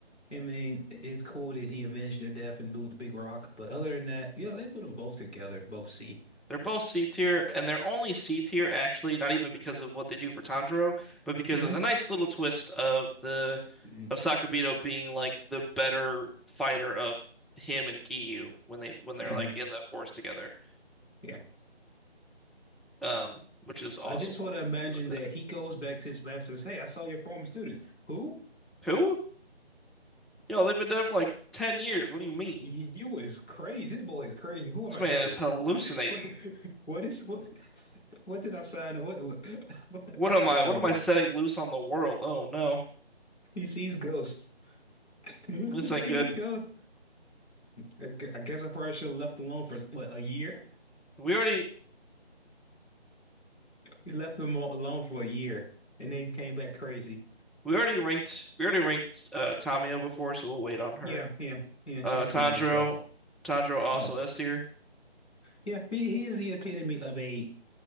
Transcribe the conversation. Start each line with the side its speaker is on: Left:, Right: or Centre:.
Left: I mean, it's cool that he avenged their death and moved the big rock. But other than that, you know, they put them both together, both C.
Centre: They're both C tier, and they're only C tier actually, not even because of what they do for Tanjiro, but because
Left: hmm
Centre: of the nice little twist of the
Left: hmm
Centre: of Sakabito being like the better fighter of him and Giyu when they when they're
Left: hmm
Centre: like in the forest together.
Left: Yeah.
Centre: Um, which is awesome.
Left: I just want to imagine
Centre: I Like that.
Left: that he goes back to his masters. Hey, I saw your former students. Who?
Centre: Who? Yo, they've been dead for like 10 years. What do you mean?
Left: You, you is crazy. This boy is crazy. Who am
Centre: This
Left: I
Centre: man
Left: trading?
Centre: is hallucinating.
Left: <laughs> What, what is what? What did I sign? What? what
Centre: What am
Left: <laughs> uh,
Centre: I? What am I setting loose on the world? Oh no.
Left: he sees ghosts. <laughs> He
Centre: This ain't
Left: sees
Centre: good.
Left: ghosts. I gu- I guess I probably should have left alone for what a year. <laughs>
Centre: We already
Left: We left them all alone for a year, and then he came back crazy.
Centre: we already ranked we already ranked uh Tamio before, so we'll wait on her.
Left: Yeah, yeah, yeah. She's
Centre: Uh,
Left: a
Centre: Tanjiro,
Left: demon. So,
Centre: Tanjiro also
Left: uh,
Centre: S tier.
Left: yeah, he, he is the epitome of a